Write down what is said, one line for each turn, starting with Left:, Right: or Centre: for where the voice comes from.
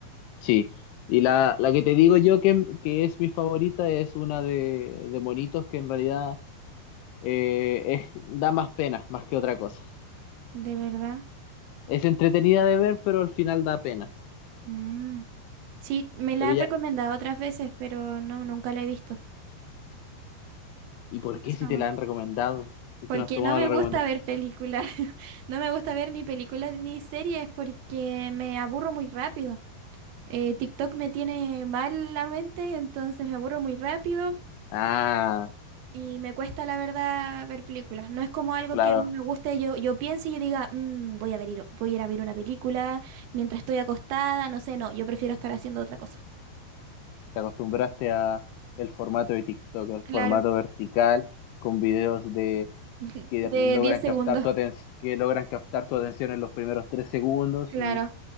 Left: Sí. Y la, la que te digo yo que, que es mi favorita es una de, de monitos que en realidad eh, es, da más pena, más que otra cosa.
Right: ¿De verdad?
Left: Es entretenida de ver, pero al final da pena.
Right: Mm. Sí, me la
Left: Pero
Right: han
Left: ya
Right: recomendado otras veces, pero no, nunca la he visto.
Left: ¿Y por
Right: Jamás,
Left: qué si
Right: jamás.
Left: te la han recomendado? ¿Por
Right: Porque
Left: qué no has tomado
Right: no me
Left: la
Right: gusta
Left: recomendación?
Right: ver películas. <laughs> No me gusta ver ni películas ni series porque me aburro muy rápido. Eh, TikTok me tiene mal la mente, entonces me aburro muy rápido.
Left: Ah,
Right: Y me cuesta, la verdad, ver películas. No es como algo
Left: claro,
Right: que a mí me guste. Yo, yo piense y yo diga, "Mm, voy a ver, ir- voy a ir a ver una película mientras estoy acostada. No sé, no. Yo prefiero estar haciendo otra cosa.
Left: te acostumbraste a el formato de TikTok, el
Right: Claro,
Left: formato vertical con videos de
Right: <laughs>
Left: que
Right: De
Left: logran
Right: diez segundos.
Left: captar tu atención, que logran captar tu atención en los primeros tres segundos
Right: Claro.
Left: y